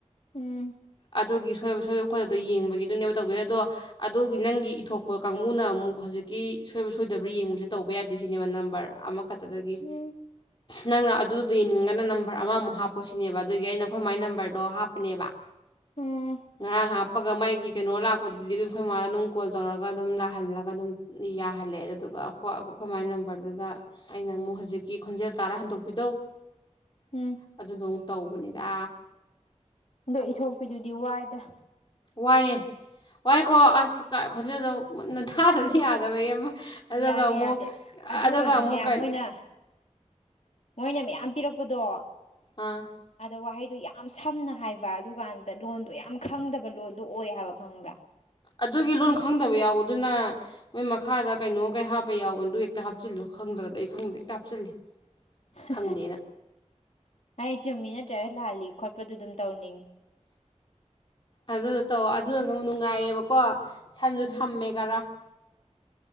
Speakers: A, on the left; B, on the left.
A: ꯎꯝ
B: ꯑꯣꯒꯤ ꯁꯣꯏꯕ ꯁꯣꯏ ꯈꯣꯠꯇꯕ꯭ꯔ ꯌꯦꯡꯕꯒꯤꯗꯨꯅꯦꯕ ꯇꯧꯗꯣꯏꯁ ꯑꯗꯣ ꯑꯗꯨꯒꯤ ꯅꯪꯒꯤ ꯏꯊꯣꯛꯄ ꯀꯥꯡꯕꯨꯅ ꯑꯃꯨꯛ ꯍꯧꯖꯤꯛꯀꯤ ꯁꯣꯏꯕ ꯁꯣꯏꯗꯕ꯭ꯔꯥ ꯌꯦꯡꯕꯁꯦ ꯇꯧꯕ ꯌꯥꯗꯦ ꯁꯤꯅꯦꯕ ꯅꯝꯕꯔ ꯑꯃꯛ ꯐꯛꯇꯗꯒꯤ
A: ꯎꯝ
B: ꯅꯪꯅ ꯑꯗꯨꯗꯨꯗꯣ ꯌꯦꯡꯅꯤꯡꯉꯒꯅ ꯅꯝꯕꯔ ꯑꯃꯃꯨꯛ ꯍꯥꯞꯄ ꯁꯤꯅꯦꯕ ꯑꯗꯨꯒꯤ ꯑꯩꯅ ꯑꯩꯈꯣꯏ ꯃꯥꯏ ꯅꯝꯕꯔꯗꯣ ꯍꯥꯞꯄꯅꯦꯕ
A: ꯎꯝ
B: ꯉꯔ ꯍꯥꯞ ꯍꯥꯞꯄꯒ ꯃꯥꯒꯤ ꯀꯩꯅꯣ ꯂꯥꯛꯄꯗꯨꯗꯤ ꯑꯗꯨꯝ ꯑꯩꯈꯣꯏ ꯃꯥꯗ ꯑꯗꯨꯝ ꯀꯣꯜ ꯇꯧꯔꯒ ꯑꯗꯨꯝ ꯂꯥꯛꯍꯜꯂꯒ ꯑꯗꯨꯝ ꯌꯥꯍꯜꯂꯦ ꯑꯗꯨꯗꯨꯒ ꯑꯩꯈꯣꯏ ꯃꯥꯥꯏꯒꯤ ꯅꯝꯕꯔꯗꯨꯗ ꯑꯩꯅ ꯑꯃꯨꯛ ꯍꯧꯖꯤꯛꯀꯤ ꯈꯣꯟꯖꯦꯜ ꯇꯥꯔꯥ ꯍꯟꯗꯣꯛꯄꯤꯗꯣ
A: ꯎꯝ
B: ꯑꯗꯨꯗ ꯇꯧꯕꯅꯤꯗ
A: ꯑꯗꯣ ꯏꯊꯣꯛꯄꯤꯗꯨꯗꯤ ꯋꯥꯏꯗ
B: ꯋꯥꯏꯑꯦ ꯋꯥꯏꯀꯣ ꯑꯁ ꯈꯟꯖꯦꯜꯗꯣ ꯃꯨꯟꯅ ꯊꯥꯗꯗꯤ ꯌꯥꯗꯕꯒꯤ ꯑꯃ ꯑꯗꯨꯒ
A: ꯌꯥꯗꯦ
B: ꯑꯃꯨꯛ
A: ꯌꯥꯗꯦ ꯑꯗꯨꯒꯖꯨꯅꯦ
B: ꯑꯗꯨꯒ ꯑꯃꯨꯛ ꯀꯩꯅꯣ
A: ꯃꯣꯏꯅ ꯃꯣꯏꯅ ꯃꯌꯥꯝ ꯌꯥꯝ ꯄꯤꯔꯛꯄꯗꯣ
B: ꯑꯥ
A: ꯑꯗꯣ ꯋꯥꯍꯩꯗꫭ ꯌꯥꯝ ꯁꯝꯅ ꯍꯥꯏꯕ ꯑꯗꯨꯀꯥꯟꯗ ꯂꯣꯟꯗꯣ ꯌꯥꯝ ꯈꯪꯗꯕ ꯂꯣꯟꯗꯣ ꯑꯣꯏ ꯍꯥꯏꯕ ꯈꯪꯕ꯭ꯔꯥ
B: ꯑꯗꯨꯒꯤ ꯂꯣꯟ ꯈꯪꯗꯕ ꯌꯥꯎꯕ ꯑꯗꯨꯅ ꯃꯣꯏ ꯃꯈꯥꯗ ꯀꯩꯅꯣ ꯀꯩ ꯍꯥꯞꯄ ꯌꯥꯎꯕ ꯑꯗꯨ ꯍꯦꯛꯇ ꯍꯥꯞꯆꯤꯜꯂꯣ ꯈꯪꯗ꯭ꯔꯒꯗꯤ ꯑꯩ ꯈꯪꯗ ꯍꯦꯛꯇ ꯍꯥꯞꯆꯤꯜꯂꯦ
A: <unintelligible>
B: ꯈꯪꯗꯦꯅ
A: ꯑꯩ ꯆꯨꯝꯃꯤ ꯅꯠꯇ꯭ꯔꯒ ꯂꯥꯜꯂꯤ ꯈꯣꯠꯄꯗꯨ ꯑꯗꯨꯝ ꯇꯧꯅꯤꯡꯉꯤ
B: ꯑꯗꯨꯗꫭ ꯇꯧ ꯑꯗꯨꯗꯨꯅ ꯑꯗꯨꯅ ꯑꯗꯨꯝ ꯅꯨꯡꯉꯥꯏꯌꯦꯕꯀꯣ ꯁꯝꯖꯨ
A: ꯎꯝ
B: ꯁꯝꯃꯦꯈꯔꯥ <inaudible>